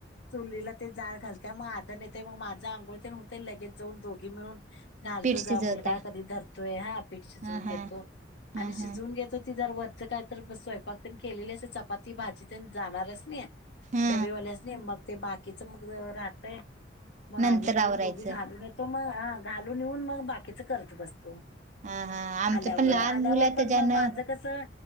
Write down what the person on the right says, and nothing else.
पीठ
शिजवताय
हा हा
हा
हा
हा
नंतर
आवरायचं
हा हा आमचं
पण लहान
मुलं आहे
त्याच्यानं